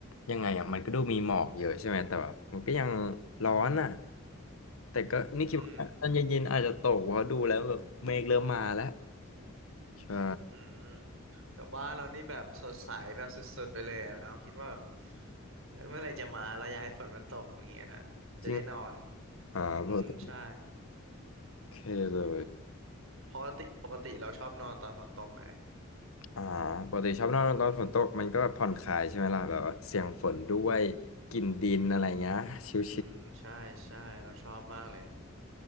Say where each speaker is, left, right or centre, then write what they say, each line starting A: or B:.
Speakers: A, on the left; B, on the right.
A: ยังไงอ่ะมันก็ดูมีหมอกเยอะใช่ไหมแต่แบบมันก็ยังร้อนอ่ะแต่ก็นี่คิดว่าตอนเย็นๆอาจจะตกเพราะดูแล้วแบบเมฆเริ่มมาแล้ว
B: อืม
A: ใช่
B: อืมแถวบ้านเรานี่แบบสดใสแบบสุดๆไปเลยอะเราคิดว่าแบบเออเมื่อไหร่จะมาเราอยากให้ฝนมันตกอย่างเนี้ยจะได้นอน
A: จริงอ่าเบอร์โ
B: อืมใช่
A: อเคเลย
B: ปกติปกติเราชอบนอนตอนฝนตกไง
A: อ่าปกติชอบนอนตอนฝนตกมันก็ผ่อนคลายใช่ไหมล่ะแบบว่าเสียงฝนด้วยกลิ่นดินอะไรเงี้ยชิล
B: อืมใช่ใช่เราชอบมากเลย